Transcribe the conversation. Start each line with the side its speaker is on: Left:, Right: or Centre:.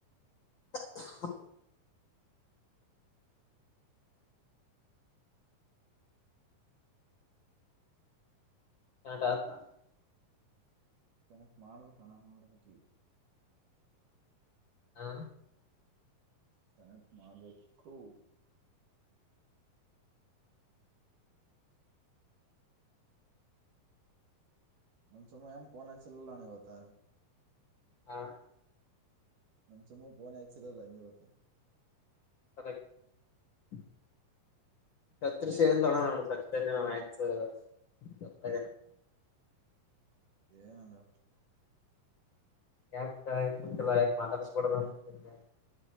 Left: <unintelligible> ಕನೆಕ್ಟ್ ಆಗ್ತಾ
Right: ಕನೆಕ್ಟ್ ಮಾಡ್ಬೇಕಣ ಮಾಡ್ಬೇಕ
Left: ಹಾ
Right: ಕನೆಕ್ಟ್ ಮಾಡ್ಬೇಕು ನಮ್ಮ ಸಮ ಏನ್ ಪೋನ ಅಚಲಿಲ್ಲನ ಇವತ್ತು
Left: ಹಾ
Right: ನಮ್ ಸುಮ ಫೋನ್ ಹಚ್ಚಲಿಲ್ಲ ಈವತ್ತ
Left: ಕದ <unintelligible> ಸತಷ ತಣ ನ ಸ್ಜನ ಆಯತ್ ಸ್ಜನ <unintelligible>
Right: ಏನಂದ
Left: ಯಾಕ ಎಂತಲ್ಲ ಯಾಕ ಮಾತಾಡ್ಸ್ಬಡದ ಅ